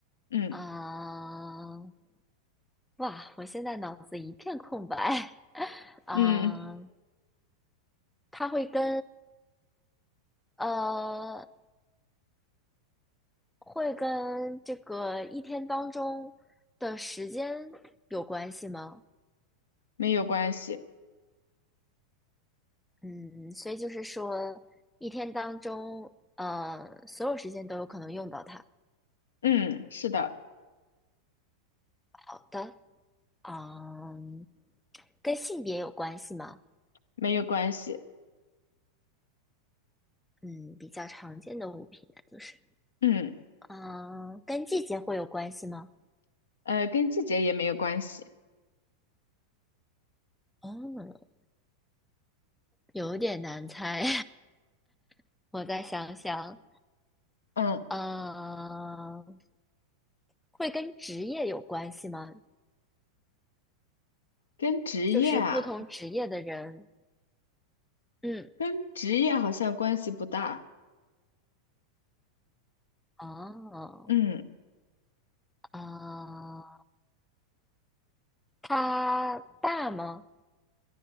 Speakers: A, on the left; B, in the centre.
A: 嗯
B: 啊、哇，我现在脑子一片空白。<laughs> 啊、
A: 嗯，
B: 它会跟呃，会跟这个一天当中的时间有关系吗？
A: 没有关系。
B: 嗯，所以就是说，一天当中，呃，所有时间都有可能用到它。
A: 嗯，是的，
B: 好的，嗯，跟性别有关系吗？
A: 没有关系。
B: 嗯，比较常见的物品那就是，
A: 嗯，
B: 嗯，跟季节会有关系吗？
A: 呃，跟季节也没有关系。
B: 哦，有点难猜，<laughs> 我再想想，
A: 嗯，
B: 嗯。会跟职业有关系吗？
A: 跟职业啊。
B: 就是不同职业的人，嗯，
A: 跟职业好像关系不大。
B: 哦，
A: 嗯，
B: 啊，它大吗？